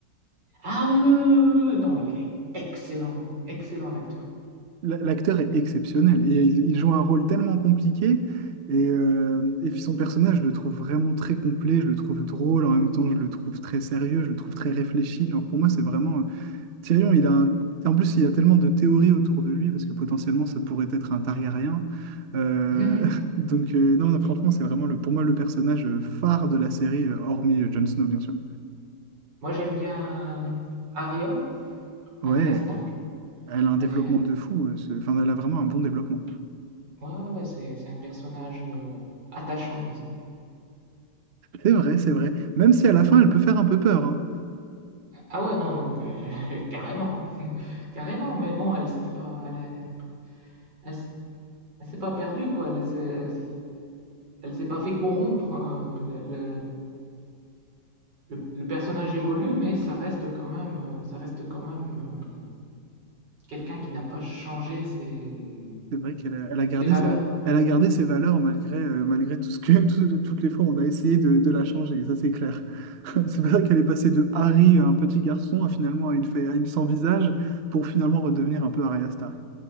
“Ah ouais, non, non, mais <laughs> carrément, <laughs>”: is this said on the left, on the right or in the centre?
Right